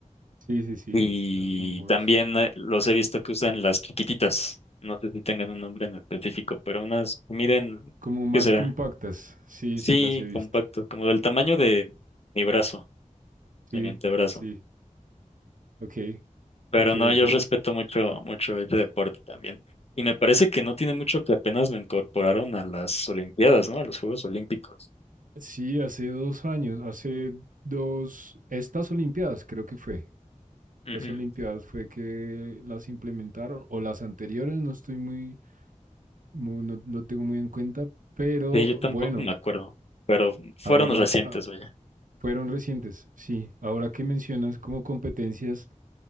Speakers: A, on the right; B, on the left.
A: sí, sí, sí,
B: Y
A: las longboards.
B: también eh, los he visto que usan las chiquititas. No sé si tengan un nombre en específico, pero unas, miren,
A: Como más
B: ¿qué será?
A: compactas, sí,
B: Sí,
A: sí, las he visto,
B: compacto, como del tamaño de mi brazo,
A: sí,
B: de mi antebrazo.
A: sí, ok,
B: Pero
A: ok,
B: no, yo
A: ok.
B: respeto mucho, mucho este deporte también. Y me parece que no tiene mucho que apenas lo incorporaron a las Olimpiadas, ¿no? A los Juegos Olímpicos.
A: Sí, hace dos años, hace dos, estas Olimpiadas creo que fue, estas
B: Ujú.
A: Olimpiadas fue que las implementaron, o las anteriores, no estoy muy, muy- no lo tengo muy en cuenta, pero
B: Sí, yo tampoco
A: bueno,
B: me acuerdo, pero fueron
A: ahora
B: recientes,
A: ah,
B: vaya.
A: fueron recientes, sí, ahora que mencionas como competencias